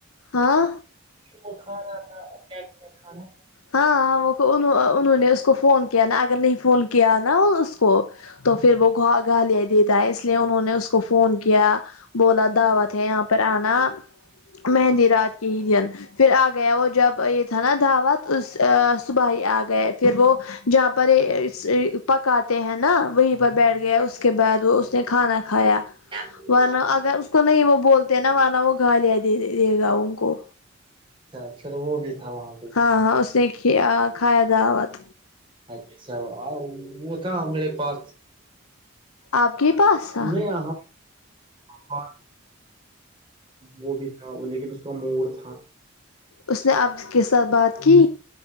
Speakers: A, on the left (about 85°); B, on the right (about 25°).
A: ہاں
B: وہ کھا رہا تھا ٹائم پے کھانا
A: ہاں انہوں نے اس کو فون کیا نا اگر نہیں فون کیا نا اس کو تو پھر وہ گا گا دے دیتا ہے اس لیے انہوں نے اس کو فون کیا بولا دعوت ہے یہاں پر آنا مہندی رات ہی دن پھر آ گیا وہ جب یہ تھانا دعوت اس صبح ہی آ گئے پھر وہ جہاں پر پکاتے ہیں نا وہیں پر بیٹھ گیا اس کے بعد وہ اس نے کھانا کھایا
B: تھا
A: ورنہ اگر اس کو نہیں وہ بولتے نا ورنہ وہ گالیا دے دے گا ان کو
B: اچھا چل وہ بھی تھا وہاں پہ
A: ہاں ہاں اس نے کھیا دعوت
B: اچھا آو وہ تھا میرے پاس
A: آپ کے پاس تھا
B: نہیں آہ آ وہ بھی تھا لیکن اس کا مور تھا
A: اس نے آپ کے ساتھ بات کی